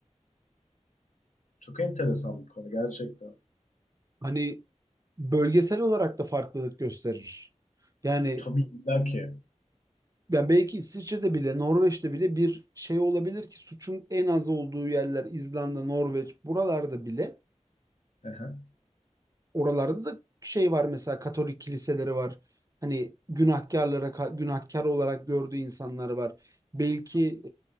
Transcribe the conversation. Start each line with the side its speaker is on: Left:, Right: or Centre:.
Left: Çok enteresan bir konu gerçekten. E,
Right: Hani bölgesel olarak da farklılık gösterir. Yani
Left: tabii illa ki.
Right: ben belki İsviçre'de bile Norveç'te bile bir şey olabilir ki suçun en az olduğu yerler İzlanda, Norveç buralarda bile
Left: Aha.
Right: Oralarda da şey var mesela Katolik kiliseleri var. Hani günahkarlara ka- günahkar olarak gördüğü insanlar var. Belki